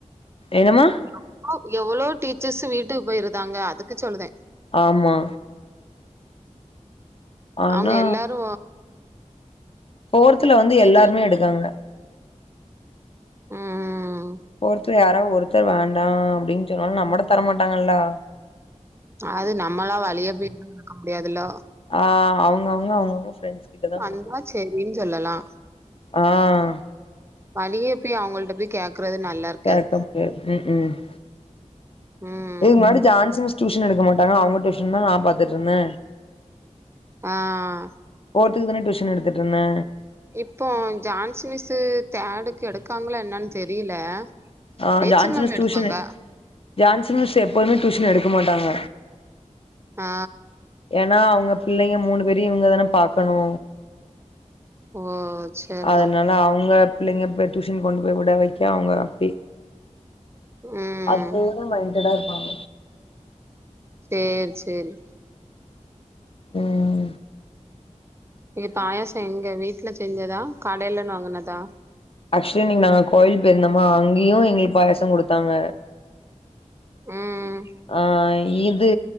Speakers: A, on the left (about 50°); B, on the right (about 20°).
A: என்னம்மா
B: எவளோ எவளோ டீச்சர்ஸ்சு வீட்டுக்கு போயிருந்தாங்க அதுக்கு சொல்லுதே
A: ஆமா ஆனா
B: அவங்க எல்லாரு
A: போர்துல வந்து
B: சீக்கிர
A: எல்லாருமே
B: வீட்டுக்கு
A: எடுக்காங்க
B: ம்
A: ஒருத்தர் யாராவ ஒருத்தர் வேண்டாம் அப்டின்னு சொன்னாலும் நம்மட்ட தரமாட்டாங்கல்லா
B: அது நம்மளா வழிய போய் நடக்க முடியாதுல
A: ஆஹ் அவ்ங்கவுங்க அவங்க மோ ஃப்ரெண்ட்ஸ் கிட்ட தா
B: வந்தா
A: கொடுப்பாங்க
B: செரின்னு சொல்லலா
A: ஆஹ்
B: வழிய போய் அவங்கள்ட போய் கேகறது நல்லா இருக்காது
A: கேட்டா முடியாது உக்குஉஇதுக்
B: ம்
A: முன்னாடி ஜான்சி மிஸ் டியூஷன் எடுக்க மாட்டாங்க அவங்க டியூன் தா நா பாத்துட்டுருந்தே
B: ஆஹ்
A: ஃபோர்த்துக்கு தானே டியூஷன் எடுத்துட்டுருந்தே
B: இப்போ ஜான்ஸ்மிஸ்ஸு தேடுக்கு எடுக்காங்களா என்னான்னு தெரியல
A: ஆஹ்
B: ரேச்சல்
A: ஜான்சி
B: மேம்
A: மிஸ் டியூசனு
B: எடுப்பாங்க
A: ஜான்சி மிஸ் எப்பவுமே டியூஷன் எடுக்க மாட்டாங்க
B: ஆ
A: ஏனா அவங்க பிள்ளைங்க மூணு பேரையு இவங்கதானே பாக்கணு
B: ஓ சேரிதா
A: அதனால அவங்க பிள்ளைங்க போய் டியூஷன் கொண்டு போய் விட வைக்க அவங்க அப்பி
B: ம்
A: அதுலயேதா மைண்டட்டா இருப்பாங்க
B: சேரி சேரி
A: உம்
B: சேரி பாயச எங்க வீட்டுல செஞ்சதா கடையிலன்னு வாங்குனதா
A: ஆக்சுலி இன்னைக்கு நாங்க கோயில் பேருந்தோமா அங்கேயு எங்களுக்கு பாயசம் குடுத்தாங்க
B: ம்
A: ஆஹ் இது